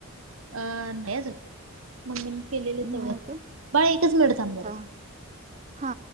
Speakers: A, on the right; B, on the right.
A: अं नाही अजून मम्मीने केलेले
B: नाही
A: तेवढं
B: काय
A: बाळ एकच मिळत आमदरच
B: हा हा